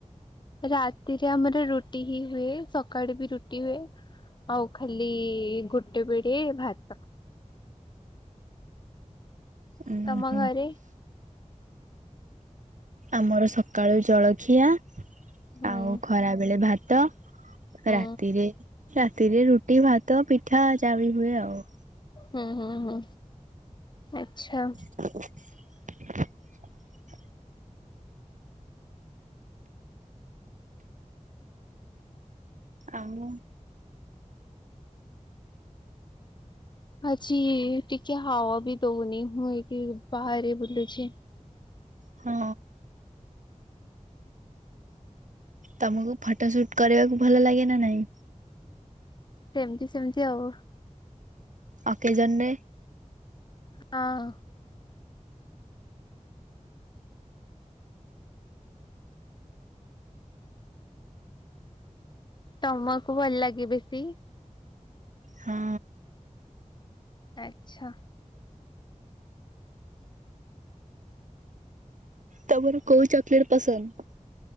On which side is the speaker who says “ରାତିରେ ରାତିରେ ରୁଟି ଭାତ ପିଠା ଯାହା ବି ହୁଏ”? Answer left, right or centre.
Right